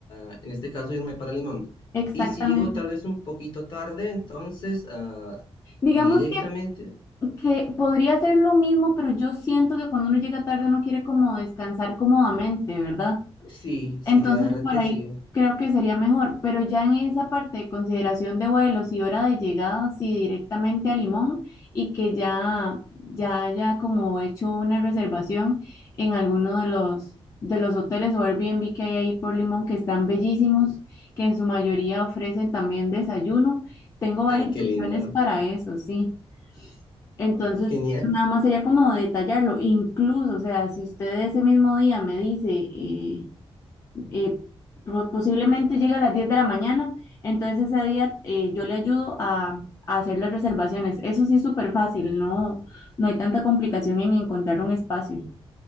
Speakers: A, on the left; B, on the left.
A: ah, en este caso irme para Limón.
B: exactamente.
A: Y si llego tal vez un poquito tarde, entonces ah,
B: Digamos
A: directamente,
B: que, que podría ser lo mismo, pero yo siento que cuando uno llega tarde uno quiere como descansar cómodamente, ¿verdad?
A: sí, sí,
B: Entonces,
A: la verdad
B: por
A: que
B: ahí
A: sí. Ujú.
B: creo que sería mejor, pero ya en esa parte de consideración de vuelos y hora de llegada, sí, directamente a Limón y que ya, ya haya como hecho una reservación en alguno de los, de los hoteles o Airbnb que hay ahí por Limón, que están bellísimos, que en su mayoría ofrecen también desayuno. Tengo varias
A: Ay, qué
B: opciones
A: lindo.
B: para eso, sí. Entonces,
A: Genial,
B: eso nada más sería como detallarlo. Incluso, o sea, si usted ese mismo día me dice... eh, eh, pro- posiblemente llega a las 10 de la mañana, entonces ese día eh, yo le ayudo a, a hacer las reservaciones. Eso sí es súper fácil, no, no hay tanta complicación en encontrar un espacio.